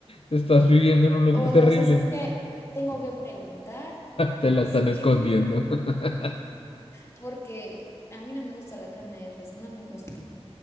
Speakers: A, on the left (about 55°); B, on the left (about 25°).
A: Estás viviendo en un lugar
B: O
A: terrible.
B: no sé si es que tengo que preguntar o
A: Te
B: no
A: la están
B: sé,
A: escondiendo.
B: <laughs>
A: <laughs>
B: porque a mí no me gusta la carne de res, no me gusta.